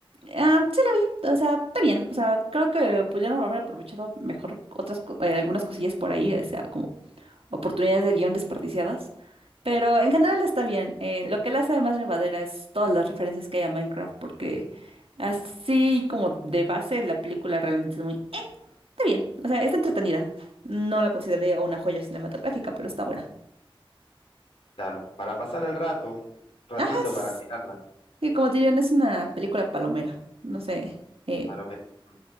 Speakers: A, on the right; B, on the left.
A: Ah, sí la vi, o sea, está bien, o sea, creo que pudieron haber aprovechado mejor otras, co- eh, algunas cosillas por ahí, o sea, como oportunidades de guión desperdiciadas, pero en general está bien, eh, lo que la hace más llevadera es todas las referencias que hay a Minecraft, porque así como de base la película realmente es muy Está bien, o sea, está entretenida. No la consideraría una joya cinematográfica, pero está buena.
B: Claro. Para pasar el rato, un ratito
A: Ajá, es-
B: para mirarla,
A: sí, como te dirían, es una película palomera. No sé, eh,
B: a lo menos. Mm.